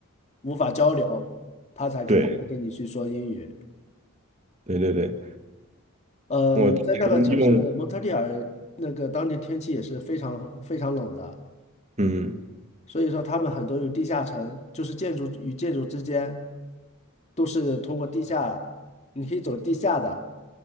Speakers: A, on the left; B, on the right.
A: 无法交流，他才可能会跟你去说英语。
B: 对，对对对，
A: 呃，
B: 我之前用，
A: 在那个城市蒙特利尔，那个当地天气也是非常非常冷的。
B: 嗯，
A: 所以说他们很多有地下城，就是建筑与建筑之间都是通过地下，你可以走地下的，